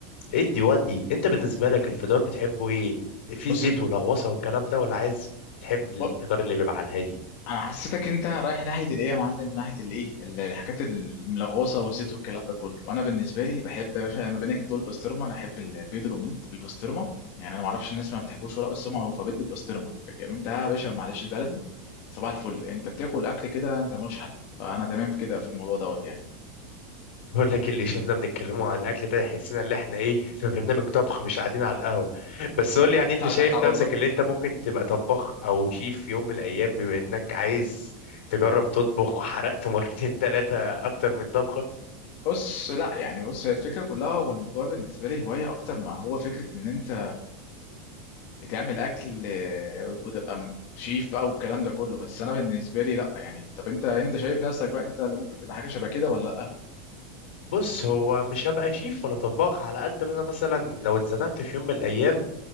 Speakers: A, on the left; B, on the left.
A: ادي ودي انت بالنسبه لك الفطار بتحبه ايه في
B: بص
A: زيت
B: انت
A: ولغوصه والكلام ده ولا عايز تحب الفطار
B: ب-
A: اللي بيبقى على الهادي
B: انا حسيتك انت رايح ناحيه الايه يا معلم ناحيه الايه ال- الحاجات الملغوصه والزيت والكلام ده كله وانا بالنسبه لي بحب يا باشا لما بينك انت تقول بسطرمه انا احب ال- البيض الاومليت بالبسطرمه يعني انا ما اعرفش الناس ما بتحبوش ولا بس هو معروفه بيض بالبسطرمه جميل ده يا باشا معلش البلدي صباح الفل انت بتاكل اكل كده انت ملوش حل فانا تمام في كده في الموضوع دوت يعني
A: بقول لك اللي شفنا بنتكلموا عن الاكل ده يحسنا ان احنا ايه في برنامج طبخ مش قاعدين على القهوه بس قول لي يعني
B: انت
A: انت
B: عندك
A: شايف
B: حق
A: نفسك
B: والله
A: اللي انت ممكن تبقى طباخ او شيف في يوم من الايام بما انك عايز تجرب تطبخ وحرقت مرتين ثلاثه اكتر من طبخه
B: بص لا يعني بص هي الفكره كلها هو الموضوع بالنسبه لي هوايه اكتر ما هو فكره ان انت تعمل اكل آه، وتبقى م- شيف بقى والكلام ده كله بس انا بالنسبه لي لا يعني طب انت انت شايف نفسك بقى انت اللي ممكن تبقى حاجه شبه كده ولا لا
A: بص هو مش هبقى شيف ولا طباخ على قد ما انا مثلا لو اتزنقت في يوم من الايام